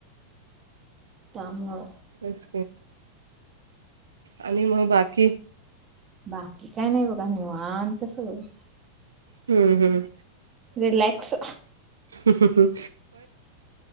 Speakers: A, on the right (about 25°); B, on the right (about 70°).
A: त्यामुळ.
B: तेच आणि मग बाकी
A: बाकी काय नाही बघा निवाणत सगळं.
B: हम्म हम्म.
A: रिलेॅक्स
B: हम्म हम्म हम्म.